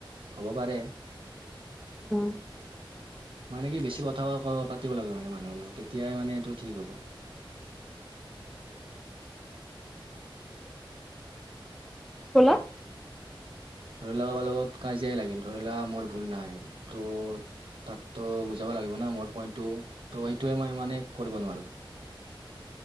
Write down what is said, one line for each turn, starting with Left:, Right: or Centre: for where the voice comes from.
Right: হব পাৰে।
Centre: উম।
Right: মানে কি বেছি কথা কো, পাতিব লাগিব মানে মানুহৰ লগত, তেতিয়াই মানে এইটো ঠিক হ'ব।
Centre: <inaudible> ক'লা।
Right: ধৰি লোৱা কাৰবাৰ লগত কাজিয়াই লাগিল, ধৰি লোৱা মোৰ ভুল নাই ত' তাকতো বুজাব লাগিব না মোৰ পইন্টটো। ত' সেইটোৱে মই মানে কৰিব নোৱাৰো।